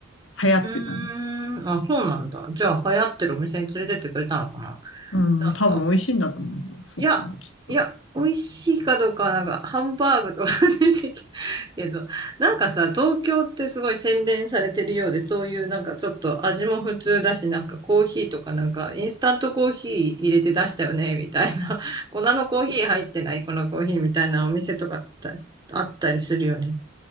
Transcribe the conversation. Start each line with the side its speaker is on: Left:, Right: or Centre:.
Left: 流行ってたね。
Right: うーん。あ、そうなんだ。じゃあ流行ってるお店に連れてってくれたのかな
Left: うん、
Right: なんか
Left: 多分美味しいんだと思うよ、そこはきっと。
Right: いや、いや、美味しいかどうかはなんか、ハンバーグとか <laughs> 出てきたけど、なんかさ、東京ってすごい洗練されてるようで、そういうなんかちょっと味も普通だし、なんかコーヒーとかなんか、インスタントコーヒー入れて出したよね、みたいな。<laughs> 粉のコーヒー入ってない、このコーヒーみたいなお店とかってあったりするよね。